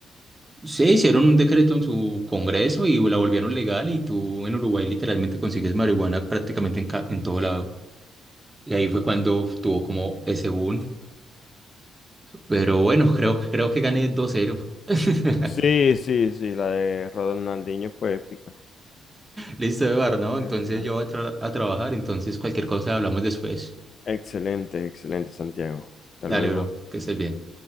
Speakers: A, on the right; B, on the left.
A: Sí, hicieron un decreto en su congreso y la volvieron legal y tú en Uruguay literalmente consigues marihuana prácticamente en, ca- en todo lado. Y ahí fue cuando tuvo como ese boom. Pero bueno, creo, creo que gané dos cero <laughs>
B: Sí, sí, sí, la de Ronaldinho fue épica.
A: Listo, Eduardo, ¿no?
B: <laughs>
A: Entonces yo voy a, tra- a trabajar, entonces cualquier cosa hablamos después.
B: Excelente, excelente, Santiago. Hasta
A: Dale,
B: luego.
A: bro, que estés bien.